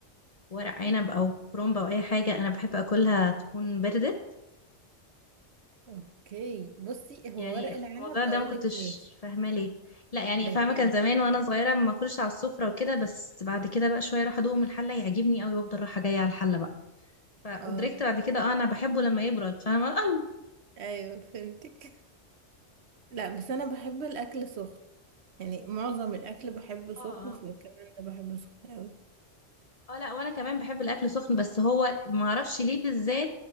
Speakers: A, on the left (about 40°); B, on the right (about 65°).
A: كورق عنب او كرومبة او اي حاجة انا بحب اكلها تكون باردة
B: أوكي بصي هو
A: يعني
B: ورق العنب
A: الموضوع ده
B: أقولك
A: ما كنتش
B: ماشي
A: فاهمه ليه لا يعني
B: لكن
A: فاهمه كان زمان وانا صغيره ما اكلش على السفره وكده بس بعد كده بقى شويه اروح ادوقه من الحله يعجبني قوي وافضل رايحه جايه على الحله بقى فادركت
B: اه
A: بعد كده اه انا بحبه لما يبرد فاهمه <laughs> اه
B: أيوه فهمتك لا بس أنا بحب الأكل سخن يعني معظم الأكل بحبه سخن
A: اه
B: فكمان ده بحبه سخن أوي
A: اه لا وانا كمان بحب الاكل سخن بس هو ما اعرفش ليه بالذات